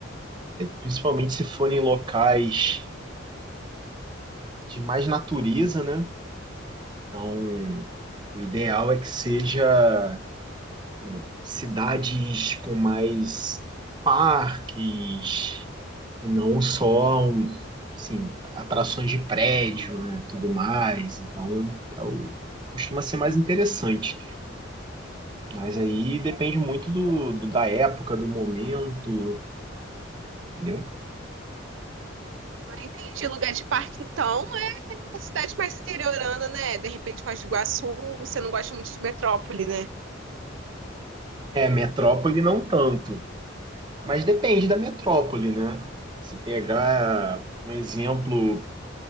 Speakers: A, on the right; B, on the right.
A: principalmente se forem locais de mais natureza, né? Então, o ideal é que seja tipo, cidades com mais parques e não só um, assim, atrações de prédio, né, tudo mais. Então, é o- costuma ser mais interessante. Mas aí depende muito do, do- da época, do momento, entendeu?
B: Ah, entendi. Lugar de parque, então. É cidade mais interiorana, né? De repente, Foz do Iguaçu, você não gosta muito de metrópole, né?
A: É, metrópole não tanto. Mas depende da metrópole, né? Se pegar um exemplo